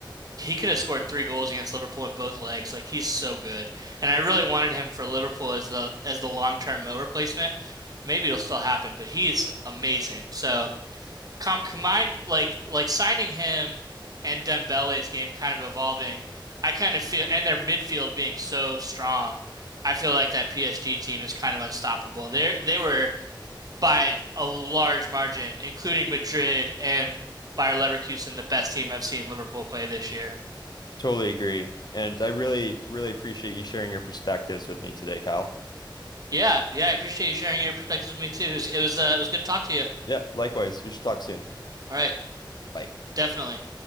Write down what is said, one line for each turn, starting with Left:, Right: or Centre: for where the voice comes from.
Right: he could have scored three goals against Liverpool in both legs. Like he's so good, and I really wanted him for Liverpool as the as the long term Mo replacement. Maybe it'll still happen, but he's amazing. So com combined, like like signing him and Dembele's game kind of evolving, I kind of feel, and their midfield being so strong, I feel like that PSG team is kind of unstoppable. They they were by a large margin, including Madrid and Bayer Leverkusen, the best team I've seen Liverpool play this year.
Left: Totally agree. And I really, really appreciate you sharing your perspectives with me today, Kyle.
Right: Yeah, yeah, I appreciate you sharing your perspectives with me too. It was, it was uh, it was good to talk to you.
Left: Yeah, likewise. We should talk soon.
Right: All right,
Left: Bye.
Right: definitely.